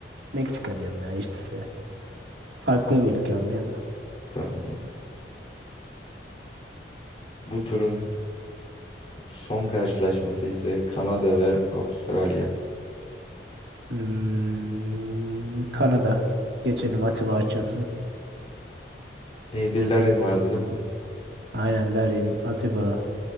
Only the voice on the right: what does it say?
Meksika diyorum ya işte size. Farklı bir ülke anlıyor musun?
Hmm, Kanada. Geçelim Atiba Hutchinson.
Aynen Larin, Atiba,